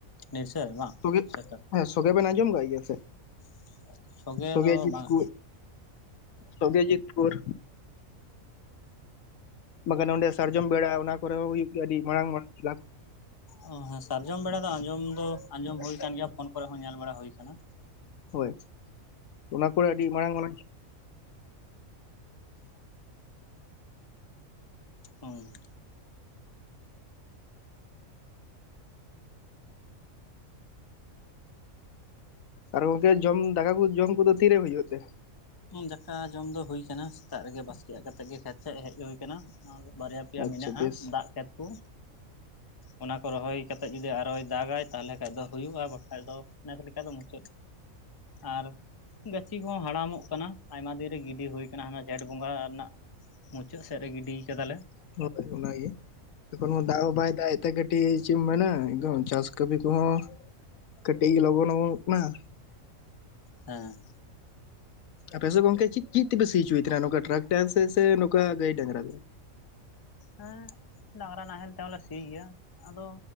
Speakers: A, on the left (about 25°); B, on the left (about 75°).
A: ᱱᱤᱥᱚᱭ ᱵᱟᱝ
B: ᱛᱚᱵᱮ
A: ᱥᱮᱴ <unintelligible>
B: ᱦᱮᱸ, ᱥᱚᱜᱮ ᱵᱮᱱ ᱟᱡᱚᱢ ᱠᱟᱜ ᱜᱮᱭᱟ ᱥᱮ?
A: <unintelligible>
B: ᱥᱚᱜᱮ
A: ᱫᱚ
B: ᱡᱤᱛ
A: ᱵᱟᱝ
B: ᱯᱩᱨ, ᱥᱚᱜᱮᱡᱤᱛ ᱯᱩᱨ᱾ ᱵᱟᱠᱷᱟᱡ ᱱᱚᱸᱰᱮ ᱥᱟᱨᱡᱚᱢ ᱵᱮᱲᱟ ᱚᱱᱟ ᱠᱚᱨᱮ ᱦᱚᱸ ᱦᱩᱭᱩᱜ ᱜᱮᱭᱟ ᱟᱹᱰᱤ ᱢᱟᱨᱟᱝ ᱢᱟᱨᱟᱝ ᱠᱷᱮᱞᱟ᱾
A: ᱚ, ᱦᱮᱸ, ᱥᱟᱨᱡᱚᱢ ᱵᱮᱲᱟ ᱫᱚ ᱟᱸᱡᱚᱢ ᱫᱚ ᱟᱸᱡᱚᱢ ᱦᱩᱭ ᱠᱟᱱ ᱜᱮᱭᱟ, ᱯᱷᱳᱱ ᱠᱚᱨᱮ ᱦᱚᱸ ᱧᱮᱞ ᱵᱟᱲᱟ ᱦᱩᱭ ᱠᱟᱱᱟ᱾
B: ᱦᱳᱭ, ᱚᱱᱟ ᱠᱚᱨᱮ ᱟᱹᱰᱤ ᱢᱟᱨᱟᱝ ᱢᱟᱨᱟᱝ
A: ᱦᱩᱸ᱾
B: ᱟᱨ ᱜᱚᱢᱠᱮ ᱡᱚᱢ, ᱫᱟᱠᱟ ᱠᱚ ᱡᱚᱢ ᱠᱚᱫᱚ ᱛᱤᱨᱮ ᱦᱩᱭᱩᱜ ᱛᱮ?
A: ᱫᱟᱠᱟ ᱡᱚᱢ ᱫᱚ ᱦᱩᱭ ᱠᱟᱱᱟ, ᱥᱮᱛᱟᱜ ᱨᱮᱜᱮ ᱵᱟᱥᱠᱮᱭᱟᱜ ᱠᱟᱛᱮᱜ ᱜᱮ ᱠᱷᱮᱛ ᱥᱮᱫ ᱦᱮᱡ ᱦᱩᱭ‌ ᱠᱟᱱᱟ, ᱵᱟᱨᱭᱟ ᱯᱮᱭᱟ
B: ᱟᱪᱪᱷᱟ
A: ᱢᱮᱱᱟᱜᱼᱟ
B: ᱵᱮᱥ
A: ᱫᱟᱜ ᱠᱷᱮᱛ ᱠᱩ᱾ ᱚᱱᱟ ᱠᱚ ᱨᱚᱦᱚᱭ ᱠᱟᱛᱮ ᱡᱩᱫᱤ ᱟᱨᱚᱭ ᱫᱟᱜᱟᱭ ᱛᱟᱦᱚᱞᱮ ᱠᱷᱟᱡ ᱫᱚ ᱦᱩᱭᱩᱜᱼᱟ ᱟᱨ ᱵᱟᱠᱷᱟᱡ ᱫᱚ ᱵᱮᱥ ᱞᱮᱠᱟ ᱫᱚ ᱢᱩᱪᱟᱹᱫ᱾ ᱟᱨ ᱜᱟᱹᱪᱷᱤ ᱦᱚᱸ ᱦᱟᱲᱟᱢᱚᱜ ᱠᱟᱱᱟ, ᱟᱭᱢᱟ ᱫᱤᱱ ᱨᱮ ᱜᱤᱰᱤ ᱦᱩᱭ ᱠᱟᱱᱟ ᱦᱟᱱᱟ ᱡᱷᱮᱸᱴ ᱵᱚᱸᱜᱟ ᱨᱮᱱᱟᱜ ᱢᱩᱪᱟᱹᱫ ᱥᱮᱫ ᱨᱮ ᱜᱤᱰᱤᱭ ᱠᱟᱫᱟᱞᱮ᱾
B: ᱦᱳᱭ ᱚᱱᱟᱜᱮ ᱮᱠᱷᱚᱱᱳ ᱫᱟᱜ ᱦᱚᱸ ᱵᱟᱭ ᱫᱟᱜ ᱮᱜ ᱛᱮ ᱠᱟᱴᱤᱡ ᱪᱮᱫ ᱮᱢ ᱢᱮᱱᱟ ᱮᱠᱫᱚᱢ ᱪᱟᱥ ᱠᱟᱹᱢᱤ ᱠᱚᱦᱚᱸ ᱠᱟᱴᱤᱜ ᱞᱚᱜᱚᱱ ᱚᱢᱚᱱᱚᱜ ᱠᱟᱱᱟ᱾
A: ᱦᱮᱸ
B: ᱟᱯᱮ ᱥᱮᱫ ᱜᱚᱝᱠᱮ ᱪᱤᱫ ᱪᱤᱫ ᱛᱮᱯᱮ ᱥᱤᱪᱚᱭ ᱛᱟᱦᱮᱱᱟ ᱱᱚᱝᱠᱟ ᱴᱨᱟᱠᱴᱟᱨ ᱥᱮ ᱥᱮ ᱱᱚᱝᱠᱟ ᱜᱟᱹᱭ ᱰᱟᱝᱨᱟ ᱛᱮ?
A: ᱦᱮᱸ ᱰᱟᱝᱨᱟ ᱱᱟᱦᱮᱞ ᱛᱮᱦᱚᱸᱞᱮ ᱥᱤ ᱜᱮᱭᱟ ᱟᱫᱚ